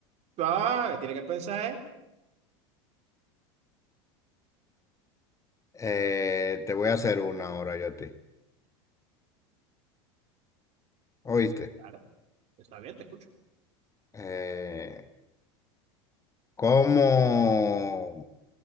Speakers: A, on the right; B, on the left.
A: Ah, tiene que pensar, ¿eh?
B: Eh, te voy a hacer una ahora yo a ti. ¿Oíste?
A: Vale, está bien, te escucho.
B: Eh, ¿cómo?